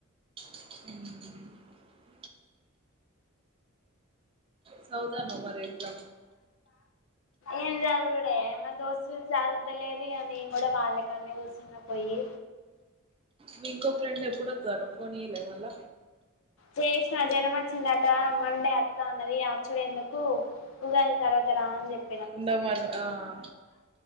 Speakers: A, on the right (about 25°); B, on the left (about 75°).
A: ఉమ్ సదుతన్నావా మరి ఇంట్లో
B: ఏం చదువుడే మా దోస్తులు చదువుతలేరు ఇగ నేను కూడా వాళ్ళకన్నె కూర్చున్న పోయి
A: ను్ ఇంకోఫ్రెండ్ ఎప్పుడు వత్తాదంట ఫోన్ ఇయలే మళ్ళ
B: చేసిన జ్వరం వచ్చిందట మండే అత్తా అన్నది అచ్చుడు ఎందుకు ఉగాది తర్వాత రా అని చెప్పిన
A: ఉండమను ఆ ఆ